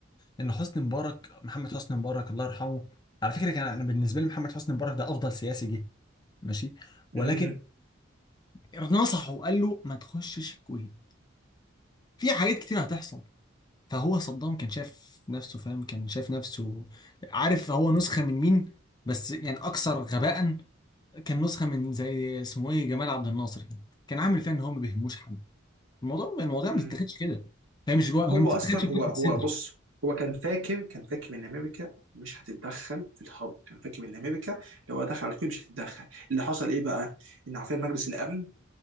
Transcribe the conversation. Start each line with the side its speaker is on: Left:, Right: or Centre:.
Left: ان حسني مبارك محمد حسني مبارك الله يرحمه على فكره كان انا بالنسبه لي محمد حسني مبارك ده افضل سياسي جه ماشي ولكن
Right: امم
Left: نصحه وقال له ما تخشش الكويت في حاجات كتير هتحصل فهو صدام كان شايف نفسه فاهم كان شايف نفسه عارف هو نسخه من مين بس يعني اكثر غباء كان نسخه من زي اسمه ايه جمال عبد الناصر كده كان عامل فيها ان هو ما بيهموش حد الموضوع الموضوع ما
Right: امم.
Left: بتتاخدش كده فاهم مش هو ما
Right: هو
Left: بتتاخدش
Right: اصلا
Left: بفتحه
Right: هو هو
Left: صدر
Right: بص هو كان فاكر كان فاكر ان امريكا مش هتتدخل في الحرب كان فاكر ان امريكا لو دخل على الكويت مش هتتدخل اللي حصل ايه بقى ان عارفين مجلس الامن